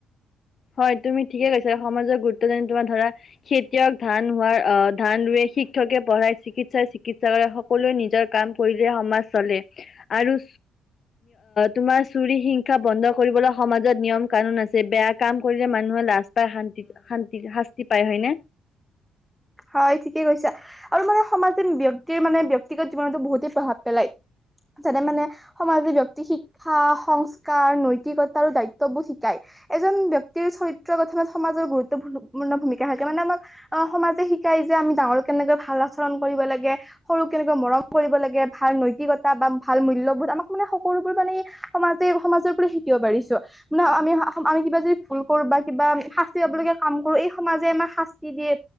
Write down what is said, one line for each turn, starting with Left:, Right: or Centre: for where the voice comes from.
Left: হয় তুমি ঠিকে কৈছা সমাজৰ গুৰুত্ব দান তোমাৰ ধৰা খেতিয়ক ধান হোৱাৰ আহ ধান ৱে শিক্ষকে পঢ়াই চিকিৎসাই চিকিৎসা কৰে সকলোৱে নিজৰ কাম কৰিলে সমাজ চলে আৰু তোমাৰ চুৰি হিংসা বন্ধ কৰিবলৈ সমাজত নিয়ম কানুন আছে বেয়া কাম কৰিলে মানুহে লাজ পায় শান্তিত শান্তি শাস্তি পায়, হয়নে?
Centre: হয় ঠিকেই কৈছা আৰু মানে সমাজে ব্য়ক্তিৰ মানে ব্য়ক্তিগত জীৱনতো বহুতেই প্ৰভাৱ পেলায় যেনে মানে সমাজে ব্য়ক্তি শিক্ষা সংস্কাৰ নৈতিকতা আৰু দায়িত্ববোৰ শিকাই এজন ব্ক্তিৰ চৰিত্ৰৰ কথা মানে সমাজৰ গুৰুত্ব গুৰুপূৰ্ণ ভূমিকা থাকে মানে আমাক আহ সমাজে শি শিকাই যে আমি ডাঙৰ কেনেকৈ ভাল আচৰণ কৰিব লাগ, সৰুক কেনেকৈ মৰম কৰিব লাগে ভাল নৈতিকতা বা ভাল মূল্যবোধ আমাক মানে সকলোবোৰ মানে সমাজে সমাজৰ পৰা শিকিব পাৰিছো মানে আমি আমি কিবা যদি ভুল কৰো বা কিবা শাস্তি লব লগগীয়া কাম কৰো এই সমাজে আমাক শাস্তি দিয়ে